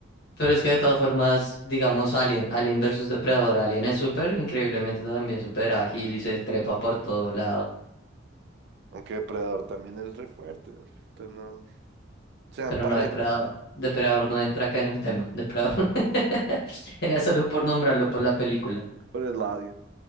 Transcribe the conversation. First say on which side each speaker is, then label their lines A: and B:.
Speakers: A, on the left (about 55°); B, on the right (about 60°).
A: Pero es que de todas formas, digamos Alien, Alien versus Depredador. Alien es súper, increíblemente también súper ágil y se trepa por todo lado.
B: Aunque Depredador también es re fuerte. güey. Entonces no. Sean
A: Pero
B: parejos
A: no, Depredador, Depredador no entra acá en el tema. Depredador. <laughs> Era solo por nombrarlo por la película.
B: por el lado.